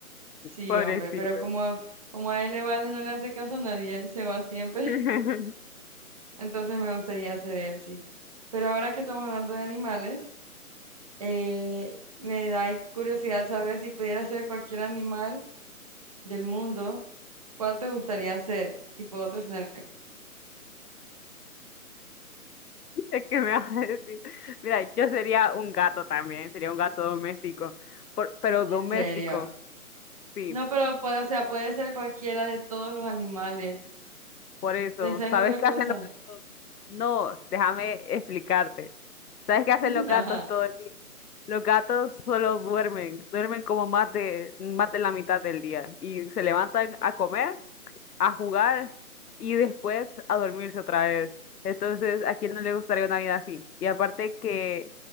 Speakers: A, on the right (about 25°); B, on the left (about 85°).
A: Sí,
B: pobrecito.
A: hombre, pero como, como a él le vale, no le hace caso a nadie, él se va siempre. <laughs>
B: <laughs>
A: Entonces me gustaría hacer él, sí. Pero ahora que estamos hablando de animales, eh, me da curiosidad saber si pudiera ser cualquier animal del mundo. ¿Cuál te gustaría hacer? Tipo otro escenario
B: <laughs> Es que me vas a decir, mira, yo sería un gato también, sería un gato doméstico, por- pero doméstico,
A: en serio.
B: sí,
A: No, pero puede, o sea, puede ser cualquiera de todos los animales.
B: por eso.
A: Pensá en
B: ¿Sabes
A: otra
B: qué
A: cosa.
B: hacen los gatos? No, déjame explicarte. ¿Sabes qué hacen
A: <laughs>
B: los gatos
A: Ajá,
B: todo el día? Los gatos solo duermen, duermen como más de, más de la mitad del día y se levantan a comer a jugar y después a dormirse otra vez. Entonces, ¿a quién no le gustaría una vida así? Y aparte que